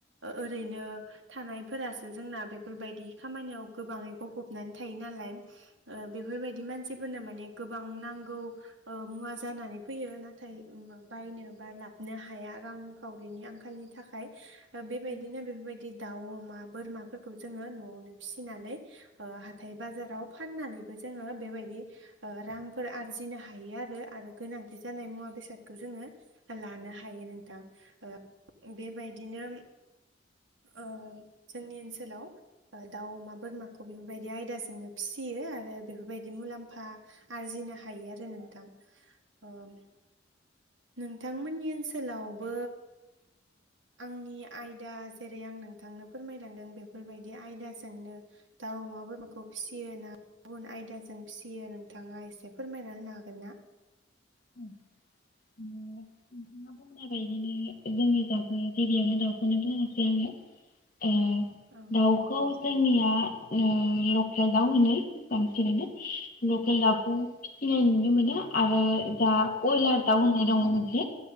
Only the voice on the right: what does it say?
ओरैनो थानायफोरासो जोंना बे बेफोरबायदि खामानियाव गोबाङै गफबनानै थायो नालाय। ओ बेफोरबायदि मानसि फोरनो माने गोबां नांगौ ओ मुवा जानानै फैयो नाथाय बायनो बा लाबनो हाया रांखावरिनि आंखालनि थाखाय बेबायदिनो
बेफोरबायदि दाउ अमा बोरमाफोरखौ जोङो न'आवनो फिसिनानै ओ हाथाय बाजाराव फाननानैबो जोङो बेबायदि ओ रांफोर आरजिनो हायो आरो आरो गोनांथि जानाय मुवा बेसादखौ जोङो लानो हायो नोंथां। ओ बेबायदिनो ओ जोंनि ओनसोल ओनसोलाव दाउ अमा बोरमाखौ बेफोरबायदि आयदाजोंनो फिसियो आरो बेफोरबायदि मुलाम्फा आरजिनो हायो आरो नोंथां आम नोंथांमोननि ओनसोलावबो आंनि आयदा जेरै आं नोंथांनो फोरमायलांदों बे। बेफोरबायदि आयदाजोंनो दाउ अमा बोरमाखौ फिसियो ना गुबुन आयदाजों फिसियो नोंथाङा एसे फोरमायना होनो हागोन ना?
औ